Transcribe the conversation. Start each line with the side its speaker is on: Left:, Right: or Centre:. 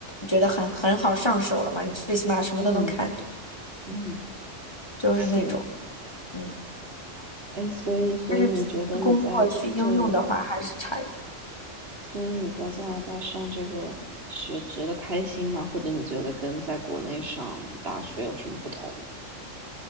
Left: 觉得很很好上手了嘛，你最起码什么都能看懂，
Right: 嗯嗯，
Left: 就是那种，
Right: 是，
Left: 嗯，
Right: 哎，所以所以你觉得你在这里？
Left: 但是去工作去应用的话还是差一点。
Right: 所以你在加拿大上这个学觉得开心吗？或者你觉得跟在国内上大学有什么不同呢？